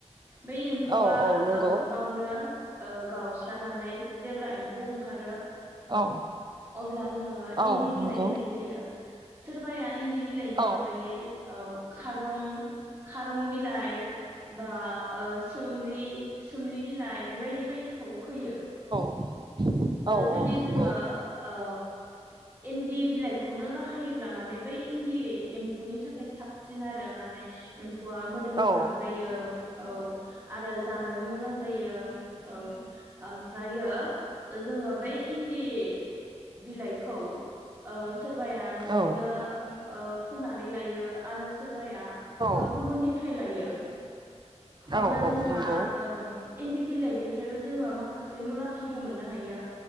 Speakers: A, on the right (about 20°); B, on the right (about 40°).
A: बै एम्फौआ
B: औ औ नंगौ
A: ओ गावनो ओ गावस्रानानै जेब्ला एम्फौ ओंखारो
B: औ
A: अब्ला जोङो
B: औ
A: इन्दि बिलाइ
B: नंगौ औ
A: होनाय
B: नंगौ
A: जायो सोरबाया इन्दि बिलाइनि
B: औ
A: अनगायै औ खारं खारं बिलाइ बा ओ सोमलि सोमलि बिलाइ बेबायदि बायदिखौ होयो
B: औ औ
A: जुदि
B: नंगौ
A: जोङो ओ इनद इन्दि बिलाइखौनो बाहायोब्ला माने बै इन्दि एम्फौनि थाखाय साबसिन आरो माने एमफ गवा मोदोम
B: औ
A: गोनां जायो औ आरो जानोबो मोजां जायो औ ओमफ्रायो जोङो बै इन्दि बिलाइखौ ओ सोरबाया न'आवनो
B: औ
A: फोनानै लायो आरो सोरबाया
B: औ
A: गुबुननिफ्राय लायो
B: औ
A: अब्ला
B: औ
A: जोंहा
B: नंगौ
A: ओम इन्दि बिलाइनिफ्रायबो जोङो माखासे मुलाम्फाखौ मोननो हायो